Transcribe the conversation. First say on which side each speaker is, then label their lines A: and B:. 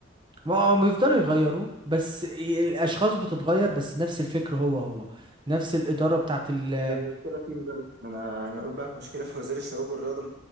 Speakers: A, on the right; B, on the right.
A: ما هم يفضلوا يغيروه بس الاشخاص بتتغير بس نفس الفكر هو هو نفس الاداره بتاعت ال-
B: يبقى المشكلة فين بقى؟ أنا أنا أقول بقى المشكلة في وزير الشباب والرياضة